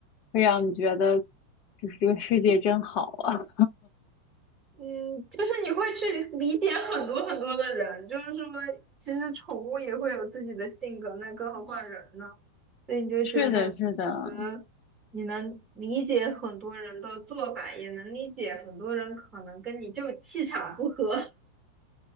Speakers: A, on the left; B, on the right.
A: 会让你觉得，就是这个世界真好啊。
B: 嗯，就是你会去理解很多很多的人，就是说，其实宠物也会有自己的性格，那更何况人呢？所以你就觉得，
A: <laughs> 是的，
B: 其实你能理解很多人的做法，
A: 是的，
B: 也能理解很多人可能跟你就气场不合。<laughs>